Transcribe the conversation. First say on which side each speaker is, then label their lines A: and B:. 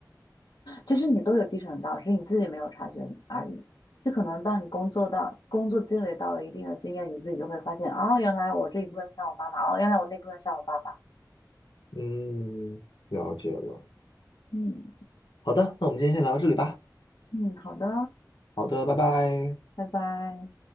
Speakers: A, on the left; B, on the left.
A: 其实你都有继承到，只是你自己没有察觉而已。就可能当你工作到工作积累到了一定的经验，你自己就会发现，哦，原来我这一部分像我妈妈，哦，原来我那部分像我爸爸。
B: 嗯，了解了。
A: 嗯
B: 好的，那我们今天先聊到这里吧。
A: 嗯，好的，
B: 好的，拜拜。
A: 拜拜。